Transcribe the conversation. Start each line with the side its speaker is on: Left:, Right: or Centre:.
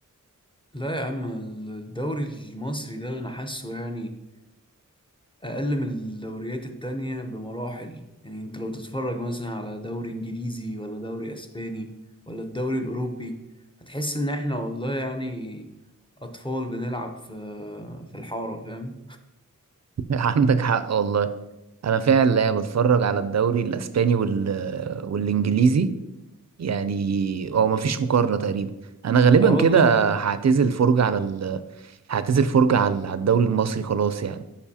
Left: لا يا عم الدوري المصري ده انا حاسه يعني اقل من الدوريات التانية بمراحل يعني انت لو تتفرج مثلا على دوري انجليزي ولا دوري اسباني ولا الدوري الاوروبي هتحس ان احنا والله يعني اطفال بنلعب في في الحارة فاهم
Right: <laughs> عندك حق والله انا فعلا بتفرج على الدوري الاسباني وال... والانجليزي يعني هو مفيش مقارنة تقريبا انا غالبا
Left: اه
Right: كده
Left: والله
Right: هعتزل فرجة على ال... هعتزل فرجة على على الدوري المصري خلاص يعني